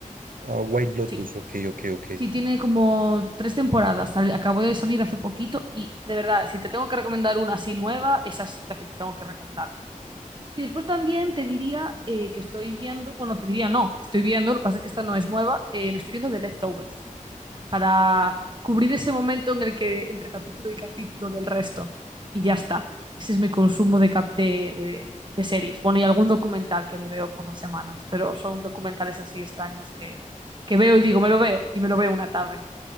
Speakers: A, on the right; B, on the right.
A: Ah, White Lotus,
B: Sí.
A: ok, ok, ok.
B: Sí, tiene como tres temporadas. Sal- Acabó de salir hace poquito y de verdad, si te tengo que recomendar una así nueva, esa es la que te tengo que recomendar. Y después también te diría eh, que estoy viendo, bueno, te diría no, estoy viendo, lo que pasa es que esta no es nueva, eh, me estoy viendo The Leftovers para cubrir ese momento en el que entre capítulo y capítulo del resto. Y ya está. Ese es mi consumo de, cap- de, de- de series. Bueno, y algún documental que me veo por las semanas, pero son documentales así extraños que, que veo y digo, me lo veo y me lo veo una tarde.